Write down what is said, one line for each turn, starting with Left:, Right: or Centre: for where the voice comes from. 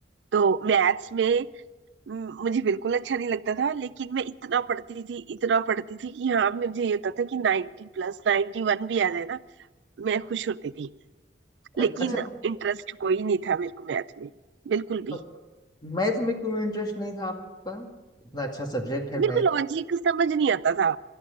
Right: तो मैथ्स में म, मुझे बिल्कुल अच्छा नहीं लगता था लेकिन मैं इतना पढ़ती थी इतना पढ़ती थी कि हाँ मुझे ये होता था कि 90 प्लस 91 भी आ जाए ना मैं खुश होती थी लेकिन
Left: अ- अच्छा
Right: इंटरेस्ट कोई नहीं था मेरे को मैथ में बिल्कुल भी
Left: तो मैथ में क्यों इंटरेस्ट नहीं था आपका इतना अच्छा सब्जेक्ट है
Right: मेरे
Left: मैथ
Right: को लॉजिक समझ नहीं आता था